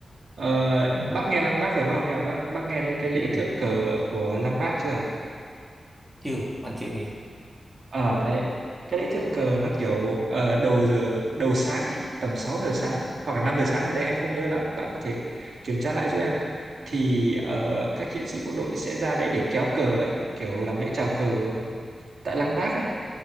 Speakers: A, on the right (about 65°); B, in the centre.
A: Ờ,
B: ừ,
A: bác nghe Lăng Bác rồi đúng không nhỉ bác bác nghe đến cái lễ
B: ừ.
A: thượng cờ của Lăng Bác chưa
B: chưa anh chưa nghe
A: Ờ đấy, cái lễ thượng cờ nó kiểu ờ, đầu giờ đầu sáng ấy, tầm 6 giờ sáng hoặc là 5 giờ sáng gì đấy em không nhớ lắm, bạn có thể kiểm tra lại giúp em. Thì ờ, các chiến sĩ bộ đội sẽ ra đấy để kéo cờ ấy, kiểu làm lễ chào cờ tại Lăng Bác ấy.